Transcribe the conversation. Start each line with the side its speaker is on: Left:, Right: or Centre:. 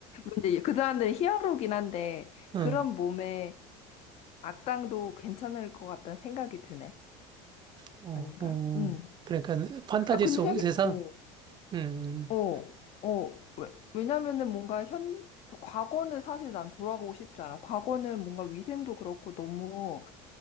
Left: 근데 그 사람들은 히어로긴 한데
Right: 응,
Left: 그런 몸에 악당도 괜찮을 것 같다는 생각이 드네.
Right: 어,
Left: 아닌가?
Right: 어.
Left: 음.
Right: 그러니까 판타지
Left: 아 근데
Right: 속
Left: 생각,
Right: 세상?
Left: 어,
Right: 음,
Left: 어, 어. 왜, 왜냐면은 뭔가 현 과거는 사실 난 돌아가고 싶지 않아. 과거는 뭔가 위생도 그렇고 너무